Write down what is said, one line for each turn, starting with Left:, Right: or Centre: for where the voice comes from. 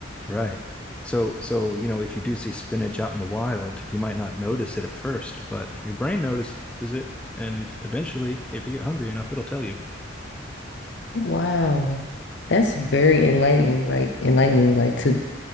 Centre: Right. So, so, you know, if you do see spinach out in the wild, you might not notice it at first, but your brain notices it. And eventually, if you get hungry enough, it'll tell you.
Left: Wow. That's very enlightening, like enlightening, like to